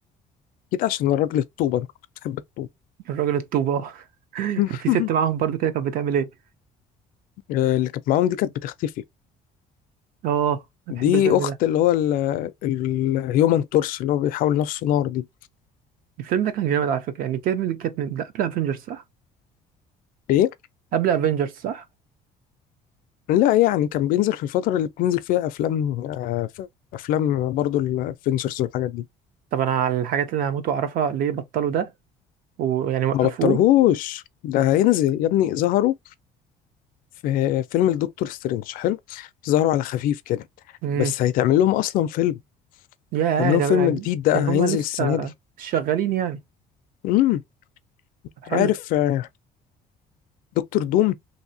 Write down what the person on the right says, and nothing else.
الراجل الطوبه <laughs> كان
في ست معاهم برضه كده كانت بتعمل ايه
اه انا
بحب الفيلم
ده
الفيلم ده كان جامد على فكرة يعني كانت من كانت من ده قبل افنجرز صح
قبل افنجرز صح
طب انا على الحاجات اللي انا هموت واعرفها ليه بطلوا ده ويعني وقفوه
امم
يا
ده
يعني
ان هم
لسه
شغالين يعني
طب حلو